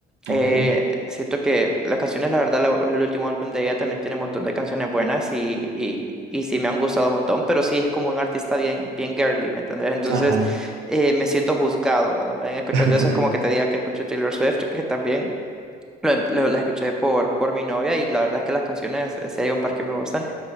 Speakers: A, on the right; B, in the centre.
A: Ok.
B: Eh, siento que las canciones, la verdad, la- el último álbum de ella también tiene un montón de canciones buenas y, y, y sí me han gustado un montón, pero sí es como un artista bien, bien girly, ¿me entendés? Entonces
A: Ajá.
B: eh, me siento juzgado cuando me ven escuchando
A: <laughs>
B: eso, es como que te diga que escuché Taylor Swift, que también lo- em, lo- la escuché por, por mi novia y la verdad es que las canciones, eh, si un par que me gustan.